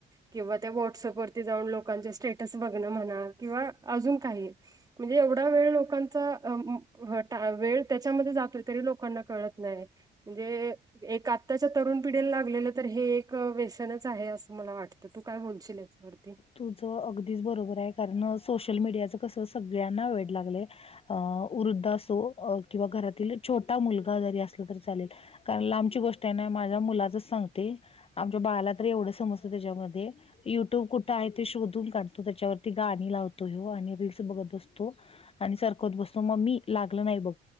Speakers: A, on the right; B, on the left.
A: किंवा त्या व्हॉटसअप वरती जाऊन लोकांचे स्टेटस बघणं म्हणा किंवा अजून काही म्हणजे एवढा वेळ लोकांचा वेळ त्याच्यामध्ये जातोय तरी लोकांना कळत नाही. म्हणजे एक आत्ताच्या तरुण पिढीला लागलेलं तर हे एक व्यसनच आहे. असं मला वाटत तू काय बोलशील याच्यावरती
B: तुझं अगदीच बरोबर आहे कारण सोशल मीडियाचं कसं सगळ्यांना वेड लागलं अ वृद्ध असो किंवा घरातील छोटा मुलगा जरी असला तरी चालेल कारण लांबची गोष्ट आहे ना माझ्या मुलाचच सांगते. आमच्या बाळाला तर एवढं समजत. त्याच्यामध्ये युट्यूब कुठे आहे. ते शोधून काढतो त्याच्यावरती गाणी लावतो ह आणि रीलस बघत बसतो आणि सरकत बसतो. मग मी लागलं नाही बघ